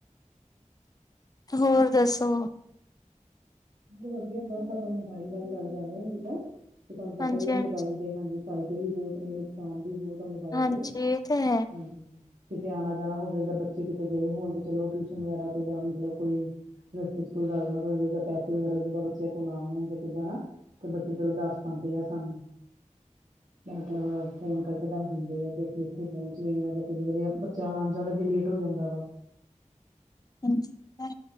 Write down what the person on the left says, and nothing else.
ਹੋਰ ਦੱਸੋ?
ਹਾਂਜੀ-ਹਾਂਜੀ,
ਹਾਂਜੀ
ਹਾਂਜੀ, ਇਹ ਤਾਂ ਹੈ।
<inaudible>
ਹਾਂਜੀ ਹੈ।